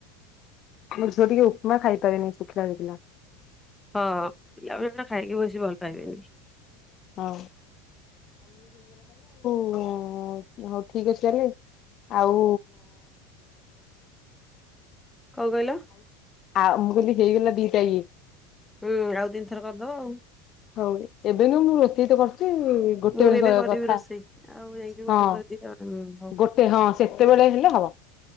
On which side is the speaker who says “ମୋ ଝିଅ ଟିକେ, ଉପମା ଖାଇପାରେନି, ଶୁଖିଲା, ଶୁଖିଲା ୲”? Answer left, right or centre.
Left